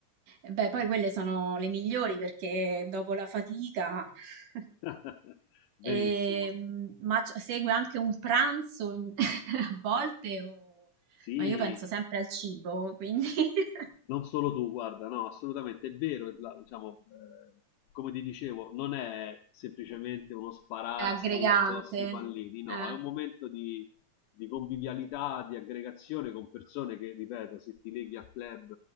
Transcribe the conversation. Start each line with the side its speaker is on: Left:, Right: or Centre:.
Right: E beh, poi quelle sono le migliori perché dopo la fatica <laughs>
Left: <laughs> Benissimo.
Right: Ehm, ma c- segue anche un pranzo in- <laughs> a volte, o-
Left: Sì,
Right: ma io penso sempre al cibo, quindi <laughs>
Left: Non solo tu, guarda, no, assolutamente è vero, la- diciamo, eh, come ti dicevo, non è semplicemente uno spararsi
Right: è aggregante.
Left: addosso i pallini, no,
Right: Eh,
Left: è un momento di, di convivialità, di aggregazione con persone che, ripeto, se ti leghi al club